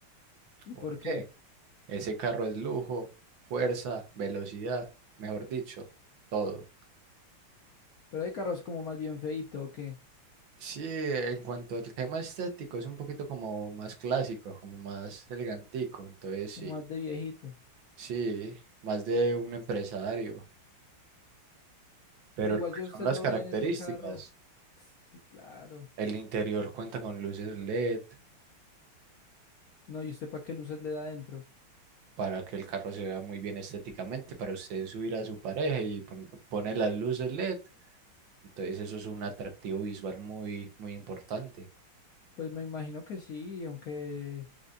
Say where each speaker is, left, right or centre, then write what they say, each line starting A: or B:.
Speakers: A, on the left (about 60°); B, on the right (about 65°).
A: ¿Y
B: ¿Por
A: por qué?
B: qué? Ese carro es lujo, fuerza, velocidad, mejor dicho, todo.
A: Pero hay carros como más bien feíto o qué,
B: Sí, en cuanto al tema estético, es un poquito como más clásico, como más elegantico. Entonces,
A: como
B: sí,
A: más de viejito.
B: sí, más de un empresario. Pero
A: Pero igual
B: lo que
A: ya usted
B: son las
A: lo
B: características,
A: ven en ese carro. Sí, claro.
B: el interior cuenta con luces LED,
A: No, ¿y usted para qué luces le da adentro?
B: para que el carro se vea muy bien estéticamente, para usted subir a su pareja y pon- pone las luces LED. Entonces eso es un atractivo visual muy, muy importante.
A: Pues me imagino que sí, aunque